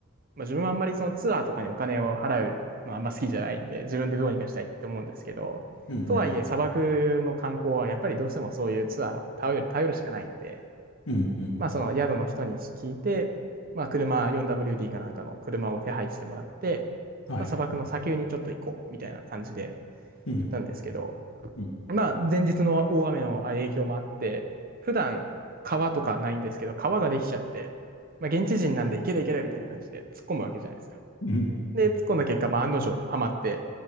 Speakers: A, on the right (about 45°); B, on the left (about 65°).
A: まあ、自分はあんまりそのツアーとかにお金を払うのはあんま好きじゃないんで、自分でどうにかしたいって思うんですけど、
B: うん、うん、
A: とはいえ砂漠の観光はやっぱりどうしてもそういうツアーを頼る、頼るしかないんで、
B: うん、うん、うん、
A: まあ、その宿の人に聞いて、まあ、車 4WD かなんかの車を手配してもらって、
B: はい、
A: まあ、砂漠の砂丘にちょっと行こうみたいな感じで
B: うん、
A: 行ったんですけど、
B: うん、
A: まあ、前日の大雨の影響もあって、普段川とかないんですけど、川ができちゃって、まあ、現地人なんで行ける行けるみたいな感じで突っ込むわけじゃないですか。
B: うん、うん、
A: で、突っ込んだ結果、まあ、案の定ハマって、